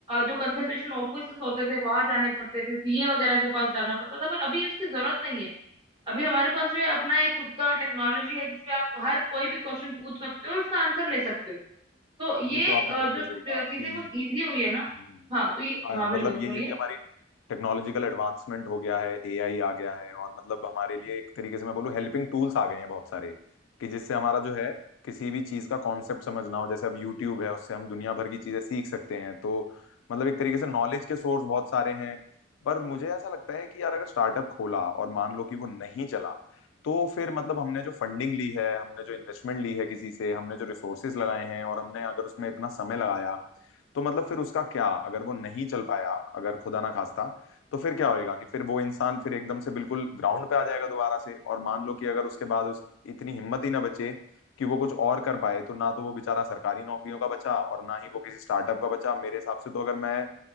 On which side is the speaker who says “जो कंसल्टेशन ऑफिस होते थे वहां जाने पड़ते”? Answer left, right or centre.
Right